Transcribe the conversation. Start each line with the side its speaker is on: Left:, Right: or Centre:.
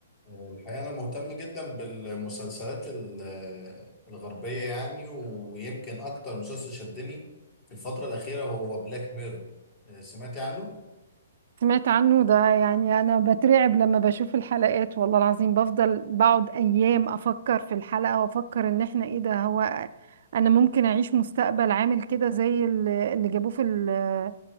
Left: الحقيقة أنا مهتم جدا بالمسلسلات ال- الغربية يعني ويمكن أكتر مسلسل شدني في الفترة الأخيرة هو بلاك ميرور سمعتي عنه؟
Right: سمعت عنه ده يعني انا بترعب لما بشوف الحلقات والله العظيم بفضل بقعد ايام افكر في الحلقة وافكر ان احنا ايه ده هو انا ممكن اعيش مستقبل عامل كده زي ال- اللي جابوه في ال-